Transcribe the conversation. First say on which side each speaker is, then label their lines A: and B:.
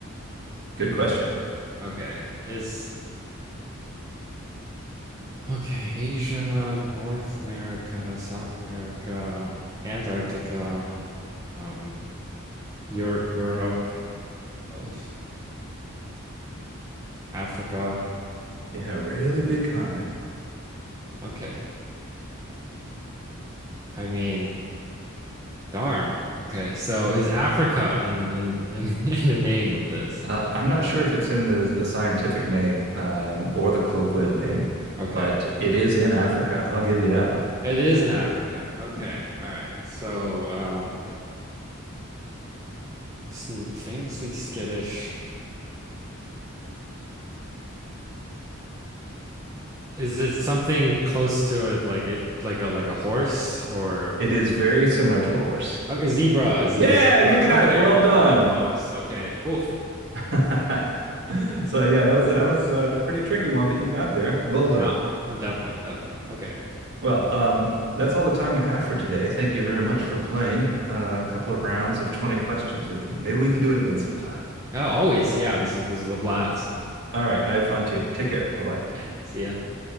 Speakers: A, on the right; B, on the right.
A: Good question.
B: Okay. Is Okay, Asia, North America, South America, Antarctica, um, Eur Europe, uh, Africa.
A: Yeah, really big continent.
B: Okay. I mean, darn. Okay. So is Africa in in in, <laughs> in the name of this?
A: Uh, I'm not sure if it's in the, the scientific name um, or the colloquial name,
B: Okay.
A: but it is in Africa. I'll give you that one.
B: It is in Africa. Okay. All right. So, um, s- famously skittish. Is it something close to it, like it, like a like a horse, or
A: It is very similar to a horse.
B: Okay, zebra. Is
A: Yeah,
B: it a zebra?
A: you got
B: Okay.
A: it. Well
B: Holy
A: done.
B: smokes. Okay. Oof.
A: <laughs> So yeah, that was that was a pretty tricky one, but you got there. Well done.
B: Yeah. Definitely. Definitely. Okay.
A: Well, um, that's all the time we have for today. Thank you very much for playing uh, a couple of rounds of 20 questions with me. Maybe we can do it again sometime.
B: Oh, always. Yeah. This is this is the blast.
A: All right, I had fun too. Take care. Bye bye.
B: <laughs> See ya.